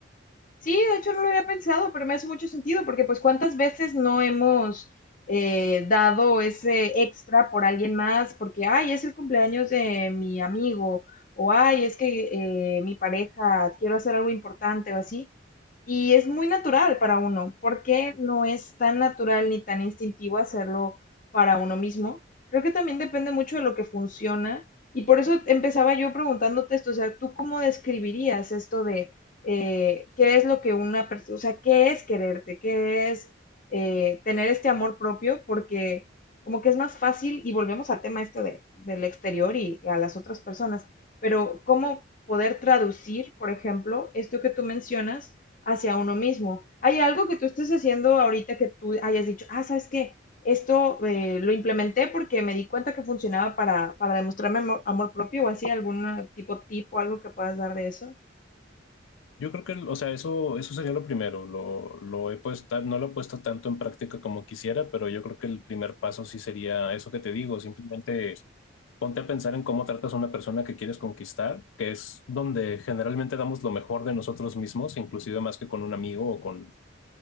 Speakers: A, on the left; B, on the left.
A: Sí, de hecho no lo había pensado, pero me hace mucho sentido porque pues cuántas veces no hemos eh, dado ese extra por alguien más porque, ay, es el cumpleaños de mi amigo o, ay, es que eh, mi pareja, quiero hacer algo importante o así. Y es muy natural para uno. ¿Por qué no es tan natural ni tan instintivo hacerlo para uno mismo? Creo que también depende mucho de lo que funciona. Y por eso empezaba yo preguntándote esto, o sea, ¿tú cómo describirías esto de eh, qué es lo que una persona, o sea, qué es quererte, qué es eh, tener este amor propio, porque como que es más fácil, y volvemos al tema este de, del exterior y, y a las otras personas, pero cómo poder traducir, por ejemplo, esto que tú mencionas hacia uno mismo. ¿Hay algo que tú estés haciendo ahorita que tú hayas dicho, ah, sabes qué? Esto eh, lo implementé porque me di cuenta que funcionaba para, para demostrarme amor, amor propio o así, algún tipo, tipo, algo que puedas dar de eso.
B: Yo creo que, el- o sea, eso, eso sería lo primero. Lo, lo he puesto, no lo he puesto tanto en práctica como quisiera, pero yo creo que el primer paso sí sería eso que te digo, simplemente ponte a pensar en cómo tratas a una persona que quieres conquistar, que es donde generalmente damos lo mejor de nosotros mismos, inclusive más que con un amigo o con